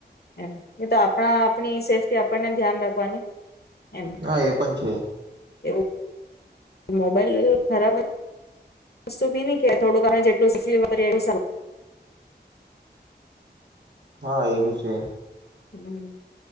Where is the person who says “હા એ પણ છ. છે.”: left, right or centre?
Right